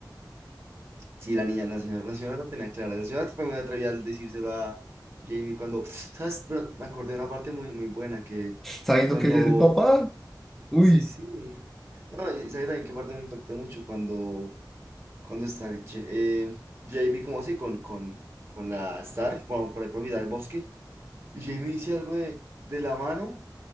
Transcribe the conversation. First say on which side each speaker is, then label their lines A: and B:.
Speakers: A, on the right; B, in the centre.
A: sí, la niña, la señora, la señora lo tenía clara. La señora fue muy atrevida al decírselo a Jamie cuando, ¿sabes? Pero me acordé de una parte muy, muy buena que
B: Sabiendo
A: cuando
B: que él es el papá. Uy,
A: Sí, sí. sí. No, y sabes también qué parte me impactó mucho cuando, cuando está J- eh, Jamie como así con, con, con la Stark por, por ahí por mitad del bosque y Jamie dice algo de, de la mano,